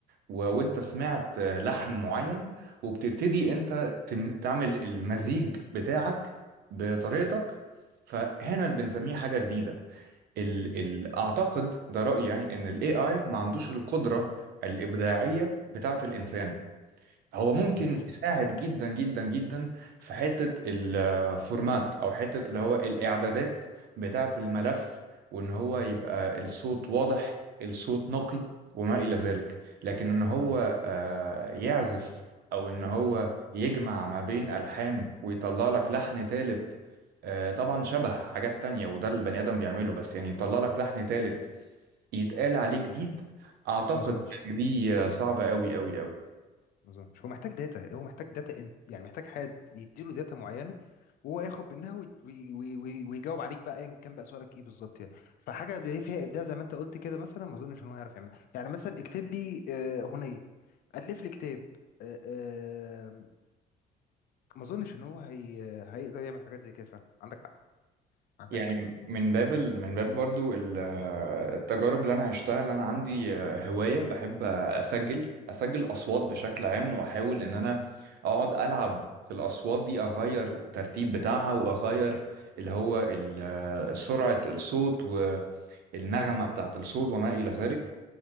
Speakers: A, on the right; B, on the left.
A: و... وانت سمعت آه، لحن معين وبتبتدي انت تم... تعمل المزيج بتاعك بطريقتك فهنا اللي بنسميه حاجة جديدة ال... ال... اعتقد ده رأيي يعني ان الاي اي ما عندوش القدرة الإبداعية بتاعة الإنسان هو ممكن
B: مظبوط
A: يساعد جدا جدا جدا في حتة الفورمات او حتة اللي هو الاعدادات بتاعة الملف وان هو يبقى الصوت واضح الصوت نقي وما الى ذلك لكن ان هو آه، يعزف او ان هو يجمع ما بين الحان ويطلع لك لحن تالت آه، طبعا شبه حاجات تانية وده البني ادم بيعمله بس يعني يطلع لك لحن تالت يتقال عليه جديد اعتقد
B: ما اظنش
A: إن دي آه، صعبة قوي قوي قوي
B: ما اظنش هو محتاج داتا هو محتاج داتا انت يعني محتاج حد يديله داتا معينه وهو ياخد منها وي- وي- وي- وي- ويجاوب عليك بقى ايا كان بقى سؤالك ايه بالظبط يعني فحاجه اللي هي فيها ابداع زي ما انت قلت كده مثلا ما اظنش ان هو يعرف يعملها يعني مثلا اكتب لي آه، اغنيه الف لي كتاب آه، آه، ما اظنش ان هو هي هيقدر يعمل حاجات زي كده فعلا عندك حق عندك
A: يعني
B: حق
A: من باب ال... من باب برضو ال- التجارب اللي انا عشتها اللي انا عندي آه، هواية بحب اسجل اسجل اصوات بشكل عام واحاول ان انا اقعد العب في الاصوات دي اغير الترتيب بتاعها واغير اللي هو ال- آه، سرعة الصوت والنغمة بتاعة الصوت وما الى ذلك